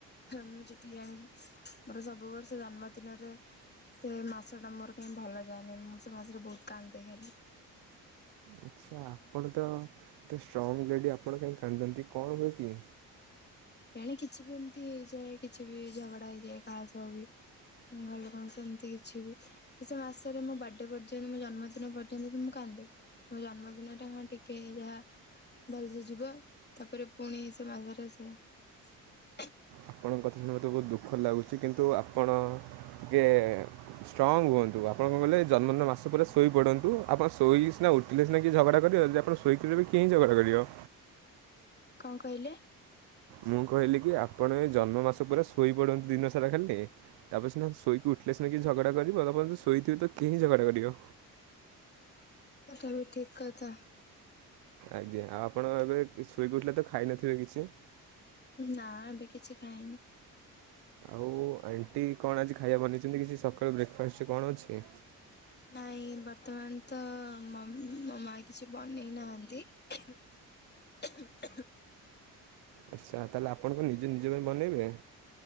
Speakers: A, on the left; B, on the right.
A: ମୁଁ ଯେତିକି ଜାଣିଚି ମୋର ସବୁ ବର୍ଷ ଜନ୍ମଦିନରେ ସେ ମାସ ଟା ମୋର କାହିଁ ଭଲ ଯାଏନି ମୁଁ ସେ ମାସରେ ବହୁତ କାନ୍ଦେ ଖାଲି।
B: ଆଚ୍ଛା ଆପଣ ତ ଏତେ ଷ୍ଟ୍ରଙ୍ଗ୍ ଲେଡ଼ି ଆପଣ କାହିଁ କାନ୍ଦନ୍ତି କଣ ହୁଏ କି?
A: ଏଣେ କିଛି ବି ଏମିତି ହେଇଯାଏ କିଛି ବି ଝଗଡା ହେଇଯାଏ କାହା ସହ ବି ଘରଲୋକ ଙ୍କ ସହ ଏମିତି କିଛି ବି। ସେ ମାସରେ ମୋ ବାର୍ଥଡେ ପର୍ଯ୍ୟନ୍ତ ମୋ ଜନ୍ମଦିନ ପର୍ଯ୍ୟନ୍ତ ବି ମୁଁ କାନ୍ଦେ। ମୋ ଜନ୍ମଦିନଟା ହଁ ଟିକେ ଯାହା ଭଲସେ ଯିବ ତାପରେ ପୁଣି ସେ ମାଝରେ ଆସ ସେ
B: ଆପଣଙ୍କ କଥା ଶୁଣି ମତେ ବହୁ ଦୁ ଖ ଲାଗୁଛି କିନ୍ତୁ ଆପଣ ଟିକେ ଷ୍ଟ୍ରଙ୍ଗ୍ ହୁଅନ୍ତୁ ଆପଣ କ କଲେ ଜନ୍ମ ଦିନ ବା <unintelligible> ପରେ
A: ଆଜ୍ଞା
B: ଶୋଇ
A: ଆଜ୍ଞା।
B: ପଡ଼ନ୍ତୁ ଶୋଇ ପଡନ୍ତୁ ଆପଣ ଶୋଇ ସିନା ଉଠିଲେ ସିନା କିଏ ଝଗଡ଼ା କରିବ ଯଦି ଆପଣ ଶୋଇକି ରହିବେ କିଏ ହିଁ ଝଗଡ଼ା କରିବ।
A: କଣ କହିଲେ।
B: ମୁଁ କହିଲି କି ଆପଣ ଏ ଜନ୍ମ ମାସ ପୁରା ଶୋଇପଡ଼ନ୍ତୁ ଦିନ ସାରା ଖାଲି ତାପରେ ସିନା ଶୋଇକୁ ଉଠିଲେ ସିନା କି ଝଗଡ଼ା କରିବ ତାପରେ ଶୋଇଥିବେ ତ କେହିଁ ଝଗଡ଼ା କରିବ।
A: ତ ତଥାପି ଠିକ୍ କଥା।
B: ଆଜ୍ଞା ଆଉ ଆପଣ ଏବେ ଶୋଇକି ଉଠିଲେ ତ ଖାଇନଥିବେ କିଛି।
A: ନାଁ ଏବେ କିଛି ଖାଇନି।
B: ଆଉ ଆଣ୍ଟି କଣ ଆଜି ଖାଇବା ବନେଇଛନ୍ତି କିଛି ସକାଳୁ ବ୍ରେକ ଫାଷ୍ଟରେ କଣ ଅଛି?
A: ନାଇଁ ବର୍ତ୍ତମାନ ତ ମମ୍ ମୋ ମା କିଛି ବନେଇ ନାହାନ୍ତି। <unintelligible>
B: ଆଚ୍ଛା ତାହେଲେ ଆପଣଙ୍କ କଣ ନିଜେ ନିଜ ପାଇଁ ବନେଇବେ।